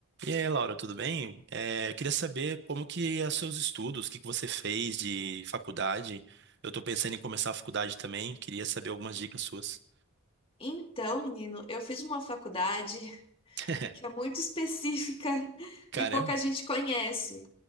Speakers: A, on the right; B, on the left.
A: E aí, Laura, tudo bem? Eh, queria saber como que é os seus estudos, o que que você fez de faculdade. Eu estou pensando em começar a faculdade também, queria saber algumas dicas suas.
B: Então, menino, eu fiz uma faculdade <laughs>
A: <laughs>
B: que é muito específica <laughs>
A: Caramba!
B: e pouca gente conhece.